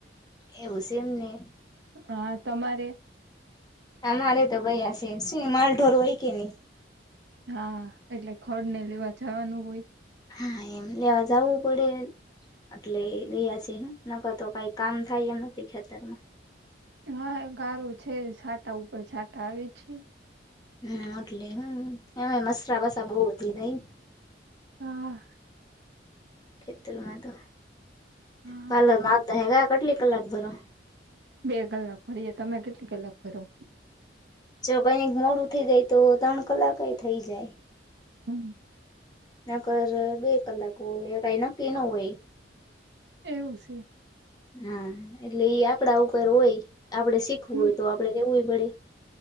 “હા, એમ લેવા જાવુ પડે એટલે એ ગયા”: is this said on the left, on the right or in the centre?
Left